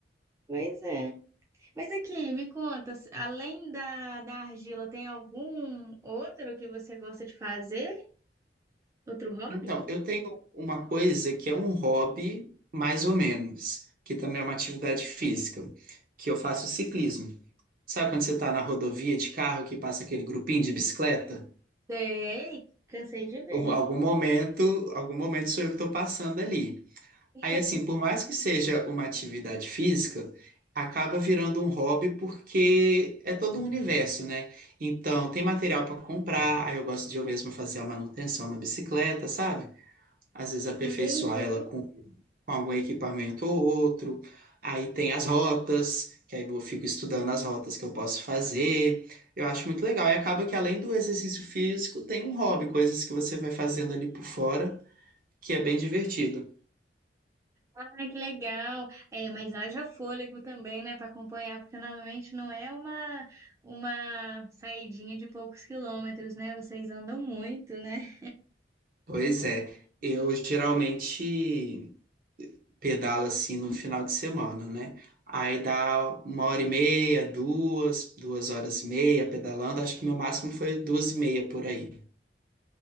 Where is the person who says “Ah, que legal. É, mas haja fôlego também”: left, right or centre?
Right